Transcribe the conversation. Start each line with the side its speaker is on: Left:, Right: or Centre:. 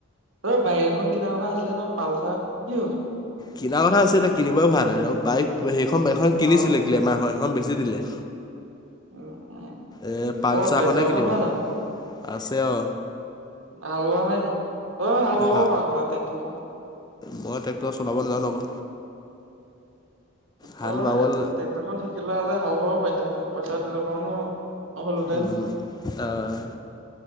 Right: ৰ বাইক এখন কিনা কথা আছিলে ন পালচাৰ? কি হল?
Left: কিনাৰ কথা আছে এতিয়া কিনিবও ভাল নাই আৰু বাইক সেইখন বাইকখন
Right: অ
Left: কিনিছিলে কিমাৰ হয়। এখন বেছি দিলে।
Right: উম। উম
Left: এ পালচাখনহে
Right: তই ট্ৰেক্টৰখন
Left: কিনিব,
Right: নহয় জানো
Left: আছে অ।
Right: হালোৱা নাই নি অ হাল বাব
Left: হা
Right: ভাল টেক্টৰখন
Left: মই ট্ৰেক্টৰ চলাব নাজানো আকৌ হাল
Right: তই
Left: বাবল
Right: ট্ৰেক্টৰ খন শিকিলোৱা হ'লে হাল বাবও পাৰিছ ত পইচাটো লগকাওনো অহলদন
Left: উম, অ'।